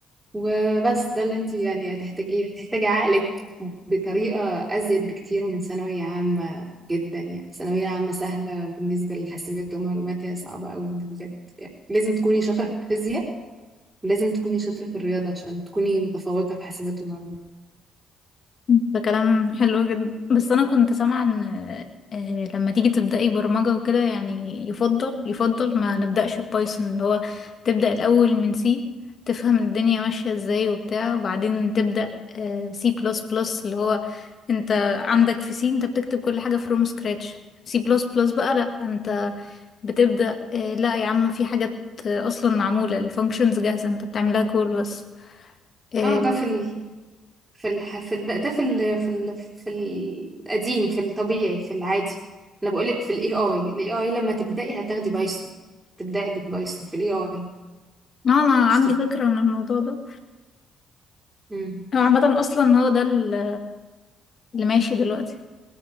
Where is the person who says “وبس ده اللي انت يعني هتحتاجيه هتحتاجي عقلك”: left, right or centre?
Right